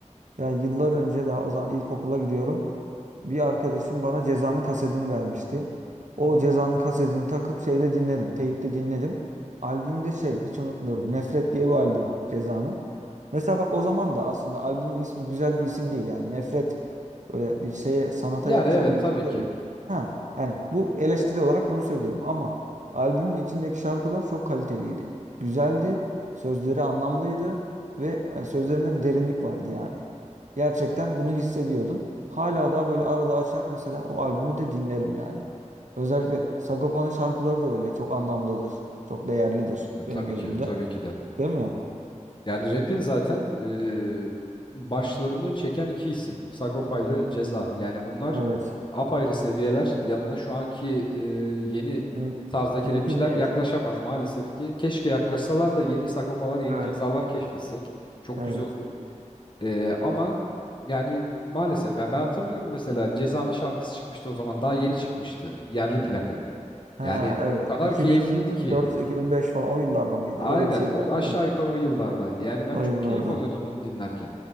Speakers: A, on the right; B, on the left.
A: Ya yıllar önce daha o zaman ilkokula gidiyorum. Bir arkadaşım bana Ceza'nın kasetini vermişti. O
B: Hı hı.
A: Ceza'nın kasetini takıp şeyde dinledim. Teyipte dinledim. Albümde şey hiç unutmuyorum. Nefret diye bir albüm Ceza'nın. Mesela bak o zaman da aslında albümün ismi güzel bir isim değil. Yani Nefret böyle bir şeye sanata
B: Yani
A: yakışan
B: evet
A: bir
B: tabii
A: isim değil.
B: ki.
A: Ha yani bu eleştiri olarak bunu söylüyorum ama albümün içindeki şarkılar çok kaliteliydi. Güzeldi, sözleri anlamlıydı ve e, sözlerinde bir derinlik vardı yani. Gerçekten bunu hissediyordun. Hala daha böyle arada açar mesela o albümü de dinlerim yani. Özellikle Sagopa'nın şarkıları da öyle. Çok anlamlıdır. Çok değerlidir
B: E, Tabii
A: benim gözümde.
B: ki, tabii ki de.
A: Değil mi?
B: Yani rap'in zaten e, başlarını çeken iki isim. Sagopa ile Ceza. Yani bunlar
A: Evet.
B: apayrı seviyeler. Yanına şu anki e, yeni
A: Müm-
B: tarzdaki
A: mümkün
B: rapçiler
A: değil.
B: yaklaşamaz maalesef ki. Keşke yaklaşsalar da yeni Sagopalar, yeni
A: Evet.
B: Cezalar keşfetsek. Çok
A: Evet.
B: güzel olur. E, ama yani maalesef. Yani ben hatırlıyorum mesela Ceza'nın şarkısı çıkmıştı o zaman. Daha yeni çıkmıştı. Yerli plaka.
A: Ha,
B: Yani
A: evet.
B: o kadar
A: 2004-2005
B: keyifliydi ki.
A: falan o yıllarda mıydı?
B: Aynen
A: Öyle bir şeydi
B: o
A: herhalde,
B: aşağı
A: değil mi?
B: yukarı o yıllardaydı. Yani ben
A: O
B: çok
A: yıllarda.
B: keyif alıyordum onu dinlerken.